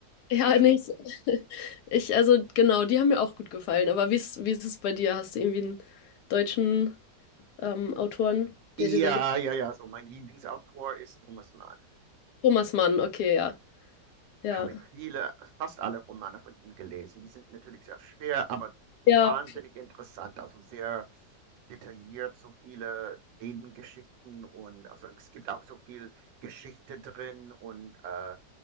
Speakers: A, on the right (about 90°); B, on the left (about 70°).
A: <clears throat>
B: ja, nee, ich, <laughs> ich, also genau, die haben mir auch gut gefallen. Aber wie ist, wie ist es bei dir? Hast du irgendwie einen deutschen ähm, Autoren,
A: Ja,
B: der dir sehr ge-
A: ja, ja, so mein Lieblingsautor ist Thomas Mann.
B: Thomas Mann, okay, ja. Ja,
A: habe ich viele, fast alle Romane von ihm gelesen. Die sind natürlich sehr schwer, aber wahnsinnig
B: ja,
A: interessant, also sehr detailliert, so viele Nebengeschichten und also es gibt auch so viel Geschichte drin und äh,